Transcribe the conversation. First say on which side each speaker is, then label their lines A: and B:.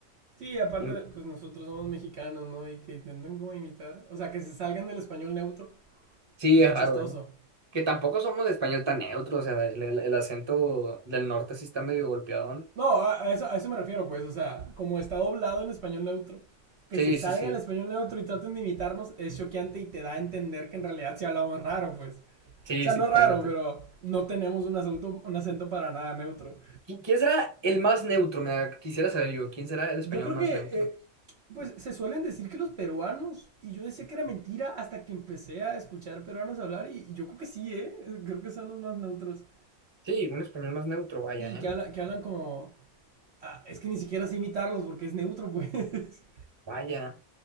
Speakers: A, on the right; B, on the right.
A: Sí, aparte,
B: Y
A: pues nosotros somos mexicanos, ¿no? Y que intenten como imitar. O sea, que se salgan del español neutro.
B: sí,
A: Está
B: es raro,
A: chistoso.
B: ¿eh? Que tampoco somos de español tan neutro, o sea, el, el- el acento del norte sí está medio golpeadón.
A: No, a a eso, a eso me refiero, pues. O sea, como está doblado en español neutro, que
B: Sí,
A: se salga
B: sí, sí,
A: del español neutro y traten de imitarnos es choqueante y te da a entender que en realidad sí hablamos raro, pues.
B: sí,
A: O sea,
B: sí,
A: no
B: totalmente.
A: raro, pero no tenemos un acento, un acento para nada neutro.
B: ¿Qui- ¿Quién será el más neutro? Me da- quisiera saber yo, ¿quién será el español
A: Yo creo
B: más
A: que,
B: neutro?
A: eh, pues se suelen decir que los peruanos, y yo decía que era mentira hasta que empecé a escuchar peruanos hablar, y, y yo creo que sí, ¿eh? <laughs> Creo que son los más neutros.
B: Sí, un español más neutro, vaya,
A: Sí,
B: ¿eh?
A: que, habla- que hablan como... ah, es que ni siquiera sé imitarlos porque es neutro, pues. <laughs>
B: Vaya,